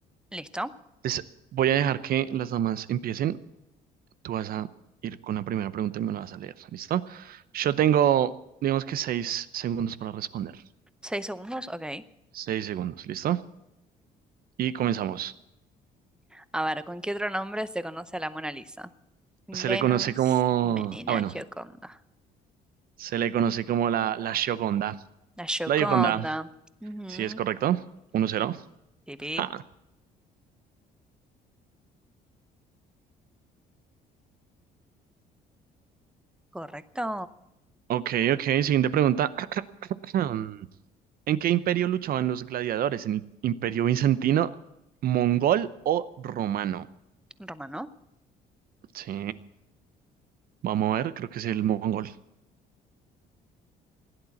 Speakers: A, in the centre; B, on the right.
A: Listo.
B: Entonces, voy a dejar que las damas empiecen. Tú vas a ir con la primera pregunta y me la vas a leer. ¿Listo? Yo tengo, digamos que seis segundos para responder.
A: ¿Seis segundos? Ok.
B: Seis segundos, ¿listo? Y comenzamos.
A: A ver, ¿con qué otro nombre se conoce a la Mona Lisa? Venus,
B: Se le conoce como,
A: Menina,
B: ah, bueno,
A: Gioconda.
B: se le conoce como la, la Gioconda.
A: La Gioconda.
B: La Gioconda
A: Ujú.
B: Sí, es correcto. uno cero.
A: Pipí.
B: Ah,
A: Correcto.
B: ok, ok. Siguiente pregunta. <clears throat> ¿En qué imperio luchaban los gladiadores? ¿En el imperio bizantino, mongol o romano?
A: Romano.
B: Sí, vamos a ver. Creo que es el mongol.